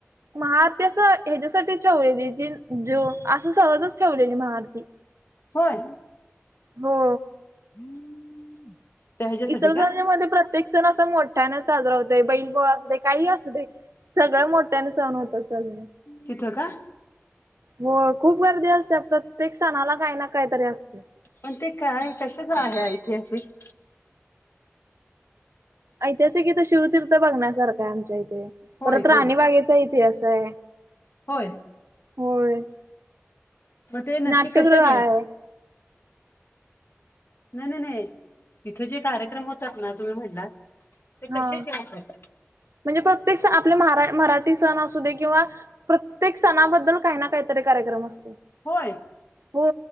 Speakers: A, on the right; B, on the left.
A: महाआरती असं ह्याच्यासाठीच ठेवलेली जी जो असं सहजच ठेवलेली महाआरती
B: होय
A: हो.
B: <unintelligible> ह्याच्यासाठी
A: इचलकरंजी
B: का
A: मध्ये प्रत्येक सण असा मोठ्याने साजरा होत बैलपोळा असू दे काही असू दे. सगळं मोठ्याने सहन होतात सज
B: तिथं का?
A: हो खूप गर्दी असते प्रत्येक सणाला काही ना काही तरी असते.
B: पण ते काय कशाच आहे ऐतिहासिक?
A: ऐतिहासिक इथं शिवतीर्थ बघण्यासारखा आहे आमच्या इथे
B: होय
A: परत राणीबागेचा
B: का
A: इतिहास आहे.
B: होय.
A: होय
B: मग ते नक्की
A: नाट्यगृह
B: कशाच
A: आहे.
B: नाही-नाही-नाही तिथे जे कार्यक्रम होतात ना तुम्ही म्हणलात ते
A: हा
B: कसेच आहेत?
A: म्हणजे प्रत्येक सण आपले म मराठी सण असू दे किंवा प्रत्येक सणाबद्दल काही ना काहीतरी कार्यक्रम असतो.
B: होय
A: हो